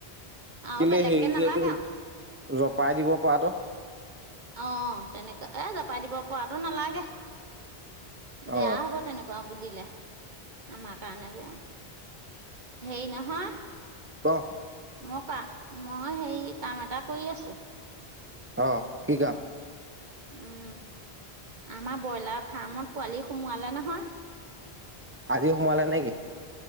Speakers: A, on the right; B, on the right.
A: আহ
B: কেলে
A: বেলেগকে
B: হেৰি যে
A: নালাগে
B: এইটো
A: আৰু।
B: জপাই দিব পৰাটো
A: অঁ তেনেকুৱা এ জপাই দিব পৰাটো নালাগে। বেয়া
B: অ
A: হ'ব তেনেকুৱা দিলে। আমাৰ কাৰণে বেয়া। হেই নহয়
B: ক'
A: মই ক, মই হেৰি কাম এটা কৰি আছো।
B: অ', কি কাম?
A: উম, আমাৰ ব্ৰইলাৰ ফাৰ্মত পোৱালি সোমোৱালে নহয়।
B: আজি সোমাৱালে নেকি?